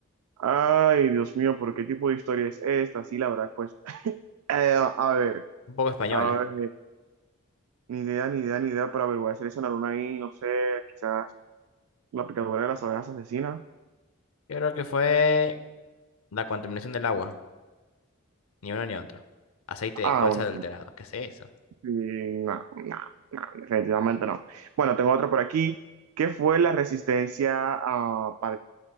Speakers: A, on the right (about 80°); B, on the left (about 75°).
A: Ay, Dios mío, ¿por qué tipo de historia es esta? Sí, la verdad, pues. eh, a ver,
B: Un poco española.
A: a ver. Ni idea, ni idea, ni idea, pero a ver, voy a seleccionar una ahí, no sé, quizás la picadura de las abejas asesinas.
B: Yo creo que fue la contaminación del agua, ni uno ni otro. Aceite de
A: Ah,
B: colza
A: bueno,
B: adulterado,
A: sí,
B: ¿qué es eso?
A: sí, no, no, no, definitivamente no. Bueno, tengo otra por aquí. ¿Qué fue la resistencia ah, par-